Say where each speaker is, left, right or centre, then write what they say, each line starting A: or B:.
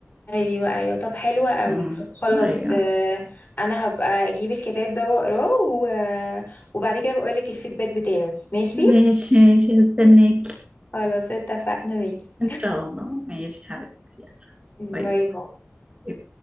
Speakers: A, on the left (about 40°); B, on the right (about 25°).
A: ايوه ايوه طب حلوة قوي
B: امم
A: خلاص
B: ايوه
A: آه، انا هبقى اجيب الكتاب ده واقراه و- وبعد كده بقول لك الفيدباك بتاعي ماشي
B: ماشي ماشي هستناك
A: خلاص اتفقنا ماشي
B: ان شاء الله ماشي حبيبتي يلا باي
A: باي باي
B: باي